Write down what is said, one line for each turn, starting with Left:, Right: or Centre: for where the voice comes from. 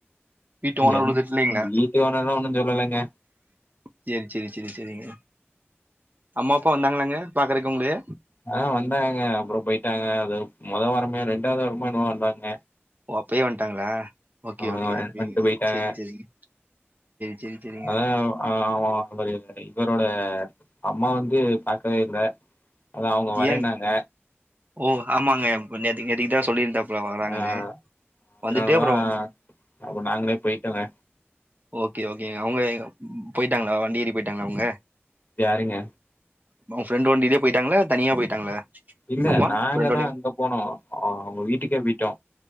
Right: வீட்டு ஓனர்
Left: என்
Right: ஒன்னும் திட்லைங்களா
Left: வீட்டு ஓனர்லா ஒன்னு சொல்லலங்க
Right: சேரி சேரி சேரி சேரிங்க அம்மா அப்பா வந்தாங்களாங்க பாக்கறக்கு உங்களைய
Left: ஆ வந்தாங்க அப்பறோ போயிட்டாங்க அது மொத வாரமே ரெண்டாவது வாரமோ என்னவோ வந்தாங்க
Right: ஓ அப்பயே வண்ட்டாங்களா ஓக்கே
Left: ஆ
Right: ஓக்கே பே
Left: வந்ட்டு போயிட்டாங்க
Right: சேரிங் சேரிங் சேரி சேரி சேரிங்க
Left: அதா அவ அவரு இவரோட அம்மா வந்து பாக்கவே இல்ல அத்தா அவங்க வரேன்னாங்க
Right: ஏங் ஓ ஆமாங்க ப நேத்தைக்கு நேத்தைக்கு தா சொல்லியிருந்தாப் ல வராங்கன்னு
Left: ஆ அதனாலதா
Right: வந்துட்டே அப்றோ
Left: அப்ப நாங்களே போயிட்டோங்க
Right: ஓக்கே ஓக்கேங்க அவங்க போயிட்டாங்களா வண்டி ஏறி போயிட்டாங்களா அவங்க
Left: வியாருங்க
Right: உங்க ஃப்ரெண்டு வண்டிலயே போயிட்டாங்களா தனியா போயிட்டாங்களா
Left: இல்ல
Right: அம்மா
Left: நாங்க
Right: ஃப்ரெண்டோடயா
Left: தா அங்க போனோ அ அவங்க வீட்டுக்கே போயிட்டோ